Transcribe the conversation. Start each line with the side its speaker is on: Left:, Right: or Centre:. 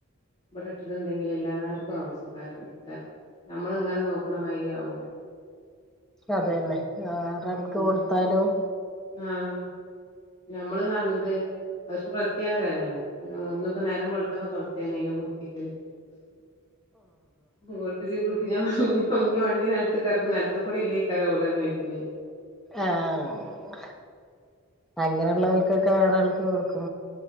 Left: ഇവടെ ഇട്ടിട്ടുണ്ടെങ്കിൽ എല്ലാർക്കും ആവ്സ്യക്കാരാണേക്കാരം. നമ്മള് ഇങ്ങനെ നോക്കണമാതിരി ആവൂല
Centre: അതെന്നെ വേറാര്ക്ക്
Left: ഉം
Centre: കൊടുത്താലും
Left: ആഹ് ഞമ്മള് ന്നർഞ്ട്ട് അവർക്ക് പ്രത്യേക തരാണ്. ന്ന്പ്പോ നേരം വെൾത്തപ്പം തൊട്ത്തീണ് അയിനെ കുളിപ്പിക്കല് ഉം കുളിപ്പിച്ച് കുളി <unintelligible> ഞ്ഞ് വണ്ടി നെൽത്ത് കെറ്ക്കും. നെൽത് കൂടി അല്ലെയ്ക്കാരം ഓടാന്ന് ചോയ്ക്കും ഞാൻ
Centre: ആഹ്. അങ്ങനെള്ളവർക്കൊക്കെ, വേറെ ആൾക്ക് കൊടുക്ക